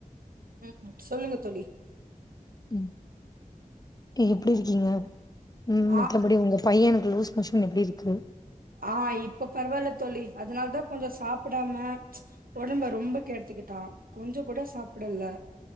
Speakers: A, on the right; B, on the left.
A: ம் சொல்லுங்க தோழி
B: ம் இப் எப்டி இருக்கீங்க ம் மித்தபடி
A: ஆ
B: உங்க பையனுக்கு லூஸ் மோஷன் எப்டி இருக்கு
A: ஆ இப்ப பரவாயில்ல தோழி அதனால தா கொஞ்சம் சாப்பிடாம ஒடம்ப ரொம்ப கேடுத்துக்கிட்டா கொஞ்சம் கூட சாப்டல